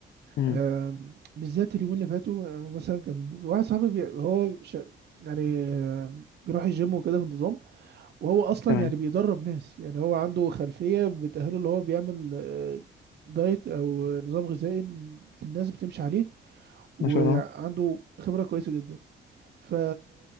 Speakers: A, on the left; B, on the right.
A: امم
B: آم، بالذات اليومين اللي فاتوا آه، مثلا كان واحد صاحبي بي... هو ش... يعني آم، بيروح الجيم وكده بانتظام وهو اصلا
A: تمام
B: يعني بيدرب ناس يعني هو عنده خلفيه بتاهله اللي هو بيعمل آه، دايت او نظام غذائي الناس بتمشي عليه وعنده
A: ما شاء الله
B: خبرة كويسة جدا ف